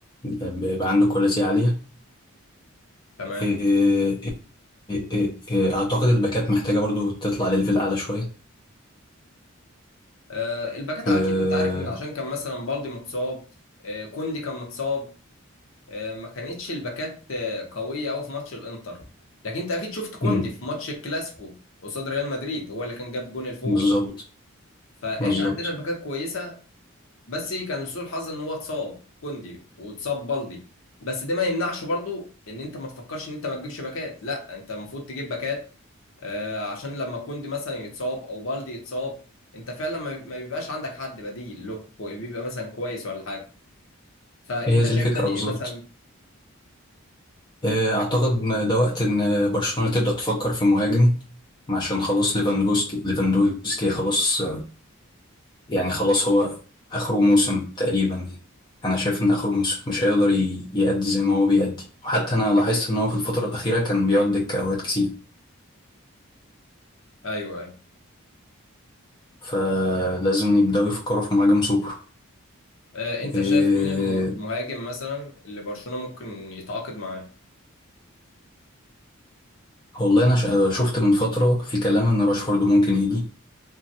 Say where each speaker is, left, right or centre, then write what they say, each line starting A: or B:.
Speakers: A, on the left; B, on the left.
A: آه، بيبقى عنده كواليتي عاليه
B: تمام
A: آه، آه، آه، آه، آه، اعتقد الباكات محتاجه برضو تطلع لليفل اعلى شويه
B: آه، الباكات اكيد
A: آه،
B: انت عارف ان عشان كان مثلا بالدي متصاب آه، كوندي كان متصاب آه، ما كانتش الباكات آه، قوية أوي في ماتش الإنتر لكن أنت أكيد شفت كوندي
A: مم،
B: في ماتش الكلاسيكو قصاد ريال مدريد هو اللي كان جاب جون الفوز
A: بالظبط
B: فإحنا
A: بالظبط
B: عندنا باكات كويسة بس كان لسوء الحظ إن هو اتصاب كوندي واتصاب بالدي بس ده ما يمنعش برضو إن أنت ما تفكرش إن أنت ما تجيبش باكات لا أنت المفروض تجيب باكات آه، عشان لما كوندي مثلا يتصاب أو بالدي يتصاب أنت فعلا ما ما بيبقاش عندك حد بديل له بيبقى مثلا كويس ولا حاجة فأنت
A: هي دي
B: شايف
A: الفكره
B: تاني
A: بالظبط
B: إيه مثلا
A: آه، أعتقد إن ده وقت إن برشلونة تبدأ تفكر في مهاجم عشان خلاص ليفاندوسكي ليفاندوسكي خلاص يعني خلاص هو آخره موسم تقريبا يعني أنا شايف إن آخره موسم مش هيقدر ي- يأدي زي ما هو بيأدي وحتى أنا لاحظت إن هو في الفترة الأخيرة كان بيقعد دكة أوقات كتير
B: أيوه أيوه
A: فلازم يبدأوا يفكروا في مهاجم سوبر
B: آه، انت
A: إيه
B: شايف مين الم- المهاجم مثلا اللي برشلونة ممكن يتعاقد معاه
A: والله أنا ش- شفت من فترة في كلام إن راشفورد ممكن يجي